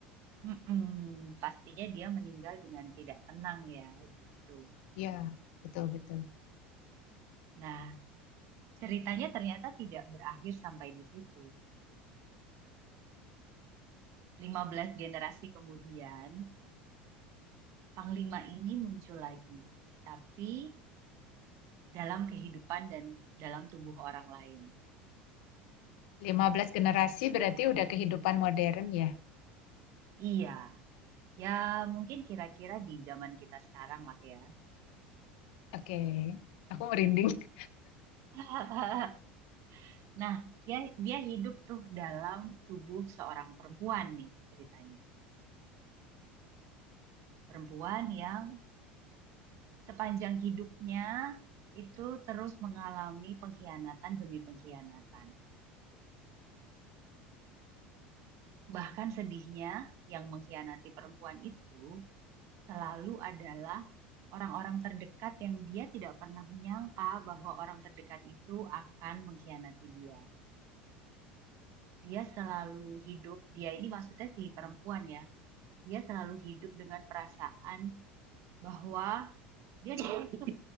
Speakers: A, on the right (about 55°); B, on the left (about 70°).
A: mm-mm, pastinya dia meninggal dengan tidak tenang ya gitu.
B: Ya, betul-betul.
A: Nah, Ceritanya ternyata tidak berakhir sampai di situ. lima belas generasi kemudian, Panglima ini muncul lagi, tapi dalam kehidupan dan dalam tubuh orang lain.
B: lima belas generasi berarti udah kehidupan modern ya.
A: Iya, ya mungkin kira-kira di zaman kita sekarang lah ya.
B: Oke, Aku merinding.
A: <laughs> Nah, dia, dia hidup tuh dalam tubuh seorang perempuan nih ceritanya. Perempuan yang sepanjang hidupnya itu terus mengalami pengkhianatan demi pengkhianatan. Bahkan sedihnya, yang mengkhianati perempuan itu selalu adalah orang-orang terdekat yang dia tidak pernah menyangka bahwa orang terdekat itu akan mengkhianati dia. Dia selalu hidup, dia ini maksudnya si perempuan ya, dia selalu hidup dengan perasaan bahwa dia ditusuk,